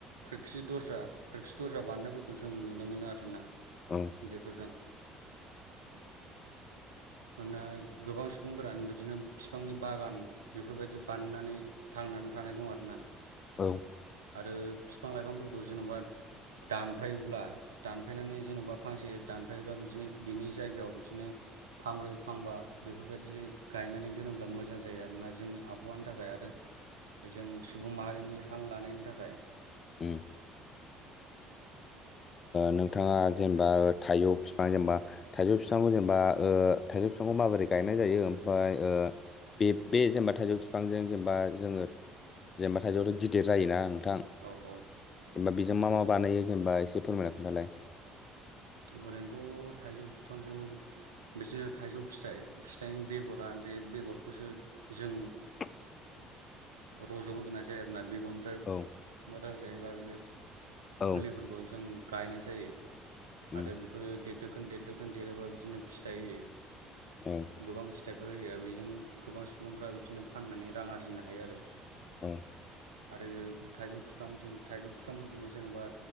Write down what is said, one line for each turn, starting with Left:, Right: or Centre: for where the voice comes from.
Right: खोरखि दरजा खोरखि दरजा बानायनायफोरखौ जों नुनो मोनो आरोना
Left: औ।
Right: बेफोरजों। मानोना गोबां सुबुंफोरानो बिदिनो फिफांनि बागान बेफोरबायदि बानायनानै थांनानै थानाय दं आरोना
Left: औ।
Right: आरो बिफां -लाइफांफोरखौ जेन'बा दानफायोब्ला दानफायनानै जेन'बा फांसे दानफायोब्ला बिदिनो बिनि जायगायाव बिदिनो फांब्रै-फांबा बेफोरबायदि गायनानै दोनोब्ला मोजां जायो आरोना जोंनि आब हानि थाखाय आरो जों सुबुं माहारिनि हां लानायनि थाखाय
Left: उ नोंथाङा जेनेबा थाइौ बिफां जेनेबा थाइजौ बिफांखौ जेनेबा ओ थाइजौ बिफांखौ माबोरै गायनाय जायो ओमफ्राय ओ बे बे जेनेबा थाइजौ बिफांजों जेनेबा जोङो जेनेबा थाइजौआथ' गिदिर जायोना नोंथां। जेनेबा
Right: औ औ
Left: बेजों मा मा बानायो जेनेबा एसे फोरमायना खोन्थालाय।
Right: ओरैनोथ' थाइजौ बिफांखौ बिदिनो थाइजौ फिथाइ फिथाइनि बेगरा बे बेगरखौसो जों
Left: <unintelligible>
Right: रज' होग्रोनाय जायो आरोना बिग ओमफ्राय
Left: औ
Right: मोजां जायोबा बे
Left: औ
Right: फुलिफोरखौ जों गायनाय जायो।
Left: उम।
Right: आरो बेफोरो देर दोखोन देर दोखोन देरोबा बिदिनो फिथाइ होयो।
Left: औ
Right: गोबां फिथाइफोर होयो बेजों गोबां सुबुंफ्रा बिदिनो फाननानै रां आरजिनो हायो आरो।
Left: औ
Right: आरो थाइजौ बिफां जों थाइजौ बिफांफोरखौबो जेन'बा